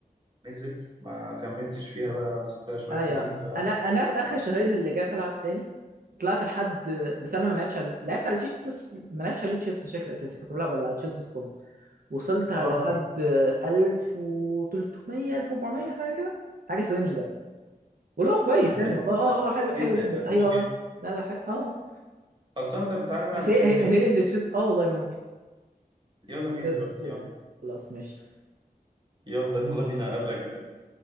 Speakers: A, on the right; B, on the right.
A: نزل ما كملتش فيها بقى سبتها شويه
B: ايوه
A: حلوين ف
B: انا انا اخر شهرين اللي جيت العب تاني طلعت لحد بس انا ما لعبتش على لعبت على تشيس ما لعبتش على تشيس بشكل اساسي كنت بلعب على تشيس دوت كوم وصلت لحد
A: اه
B: 1300 1400 حاجه كده حاجه في الرينج ده ولو كويس
A: طب حلو
B: يعني والله
A: صدقني
B: اه اه آه، حلو حلو
A: جدا
B: جدا
A: لا
B: ايوه
A: حلو جدا
B: لا لا حلو. اه
A: خلصانه طب تعالى نلعب
B: بس
A: جيمين
B: هي هي,
A: كده
B: هي اللي تشيس اه والله ممكن
A: يلا بينا
B: بس
A: دلوقتي
B: آه،
A: يلا
B: خلاص ماشي
A: يلا يلا بينا اقابلك هناك